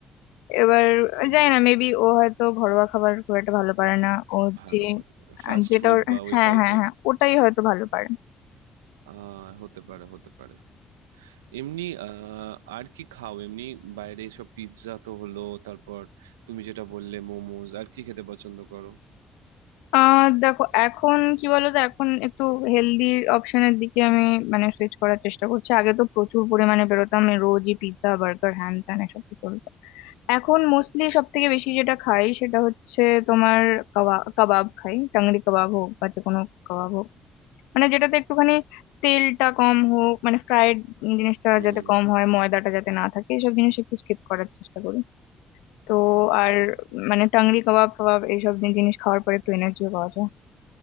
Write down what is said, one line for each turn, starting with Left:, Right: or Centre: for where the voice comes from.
Left: এবার
Right: এ
Left: জানি
Right: বাবা
Left: না মেবি ও হয়তো ঘরোয়া খাবার খুব একটা ভালো পারে না ও
Right: ভালো
Left: যে
Right: ফাস্ট
Left: আহ, যেটা
Right: ফুড
Left: ওর-
Right: বা ওই
Left: হ্যাঁ
Right: টাইপের
Left: হ্যাঁ হ্যাঁ ওটাই হয়তো ভালো পারে
Right: আহ হতে পারে হতে পারে এমনি আহ আর কি খাও এমনি বাইরে সব পিৎজা তো হলো তারপর তুমি যেটা বললে মোমোজ আর কি খেতে পছন্দ করো
Left: আহ দেখো এখন কি বলতো এখন একটু হেলদি অপশনের দিকে আমি মানে সুইচ করার চেষ্টা করছি আগে তো প্রচুর পরিমাণে বেরোতাম আমি রোজই পিৎজা বার্গার হ্যান ত্যান এসব কি চলতো এখন মোস্টলি সব থেকে বেশি যেটা খাই সেটা হচ্ছে তোমার কাবাব কাবাব খাই টাংরি কাবাব হোক বা যে কোনো কাবাব হোক মানে যেটাতে একটুখানি তেলটা কম হোক মানে ফ্রাইড জিনিসটা
Right: হুম
Left: যাতে কম হয় ময়দাটা যাতে না থাকে এসব জিনিস একটু স্কিপ করার চেষ্টা করি তো
Right: ভালো
Left: আর মানে টাংরি কাবাব ফাবাব এইসব জিনিস খাওয়ার পরে একটু এনার্জিও পাওয়া যায়